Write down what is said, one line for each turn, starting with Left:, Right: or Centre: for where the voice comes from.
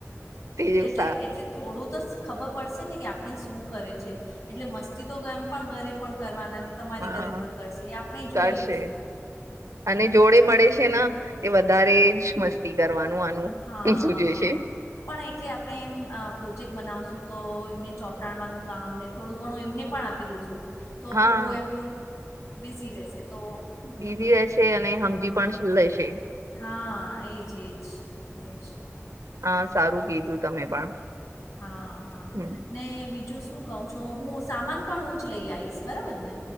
Right: તે
Left: એટલે
Right: સા
Left: એટલે થોડું તો ખબર પડશે ને કે આપણે શું કરે છે, એટલે મસ્તી તો કે એમ પણ ઘરે પણ કરવાના ને તમારી
Right: હા
Left: ઘરે પણ કરશે એ આપણે જોઈ
Right: કરશે
Left: લઈશું એમ.
Right: અને જોડે મળે છે, ને એ વધારે જ મસ્તી કરવાનું આનું
Left: હા
Right: સૂજે
Left: હા.
Right: છે
Left: પણ એટલે આપણે એમ પ્રોજેક્ટ બનાવશું તો એમને ચોંટાડવાનું કામને થોડું ઘણું એમને પણ આપી દેશું તો
Right: હા
Left: થોડું એમ બિઝી રહેશે તો
Right: બીઝી રશે અને હમજી પણ લેશે.
Left: હા એજ એજ એજ.
Right: હા સારું કીધું તમે પણ.
Left: હા હા.
Right: હમ
Left: ને બીજું શું કહું છું હું સામાન પણ હું જ લઈ આવીઈશ બરાબર ને?